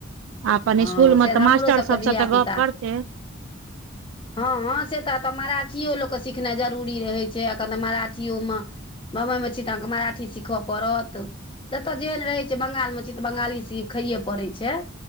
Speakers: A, on the right; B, on the left.
A: अपन
B: हँ
A: इसकुल
B: से
A: मे तऽ
B: हमरो
A: मास्टर
B: सबके
A: सबसँ
B: धिया
A: तऽ
B: पुता
A: गप करतै
B: <inaudible> हँ से तऽ तऽ मराठिओ लोकके‌ सिखनाइ जरूरी रहै छै एखन तऽ मराठिओ मे बम्बइमे छी तऽ अहाँके मराठी सीखय पड़त जत जे रहैत छै बंगालमे छी तऽ बंगाली सिखये पड़ैत छै